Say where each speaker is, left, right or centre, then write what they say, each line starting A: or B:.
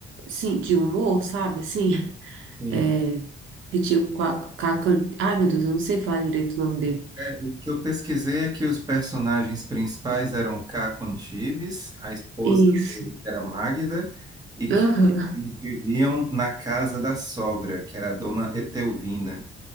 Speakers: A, on the right (about 80°); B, on the right (about 20°).
A: assim, de humor, sabe? Assim.
B: Sim.
A: é, que tinha um Caca. Ai, meu Deus, eu não sei falar direito o nome dele.
B: É, O que eu pesquisei é que os personagens principais eram o Caco Antibes, a esposa
A: Isso.
B: dele, que era Magda, e que
A: Aham,
B: eles viviam na casa da sogra, que era a dona Etelvina.